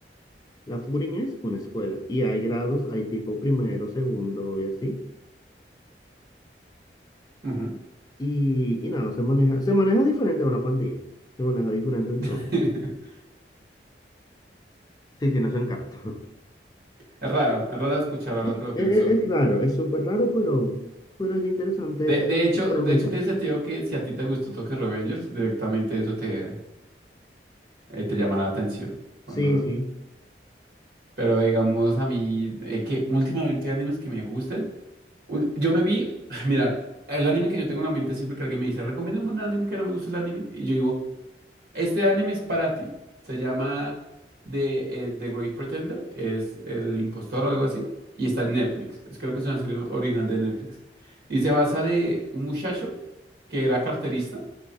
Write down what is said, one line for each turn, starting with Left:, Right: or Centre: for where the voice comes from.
Left: La Furin es una escuela y hay grados, hay tipo primero, segundo y así.
Right: Ujú.
Left: Y, y nada, se maneja, se maneja diferente a una pandilla. Se maneja diferente en
Right: <laughs>
Left: todo. Sí, tiene su encanto. <laughs>
Right: Es raro, es raro escuchar ahora
Left: Sí,
Right: que lo
Left: e-
Right: pienso.
Left: e- es, raro, es súper raro, pero, pero es interesante
Right: De, de hecho,
Left: la premisa.
Right: de hecho tiene sentido que si a ti te gustó Tokyo Revengers, directamente eso te, eh, te llama la atención. Cuando...
Left: Sí, sí.
Right: Pero digamos a mí, eh, que últimamente hay animes que me gusten. Ul- Yo me vi, <laughs> mira, el anime que yo tengo en la mente siempre que alguien me dice, recomiéndame un anime que no me gusta el anime. Y yo digo, Este anime es para ti. Se llama The, eh, The Great Pretender. Es El Impostor o algo así. Y está en Netflix. Es- creo que es una serie original de Netflix. Y se basa de un muchacho que era carterista